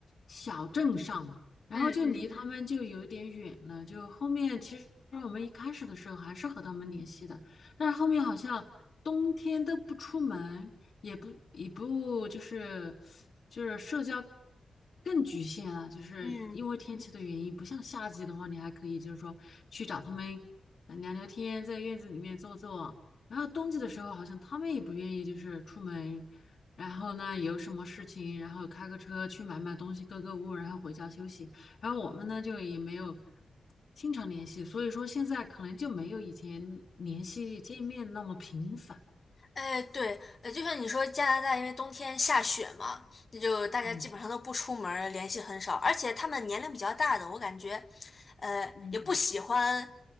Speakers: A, on the left; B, on the left.
A: 小镇上，然后就离他们就有点远了。
B: 嗯嗯
A: 就后面其实我们一开始的时候还是和他们联系的，但是后面好像冬天都不出门，也不也不就是就是社交更局限了，就是因为天气的原因，
B: 嗯。
A: 不像夏季的话，你还可以就是说去找他们呃聊聊天，在院子里面坐坐。然后冬季的时候，好像他们也不愿意就是出门，然后呢有什么事情，然后开个车去买买东西、购购物，然后回家休息。然后我们呢就也没有经常联系，所以说现在可能就没有以前联系见面那么频繁。
B: 哎，对，呃，就像你说，加拿大因为冬天下雪嘛，那就大家基本上都不出门儿联系很少，
A: 嗯
B: 而且他们年龄比较大的，我感觉，呃，
A: 嗯。
B: 也不喜欢，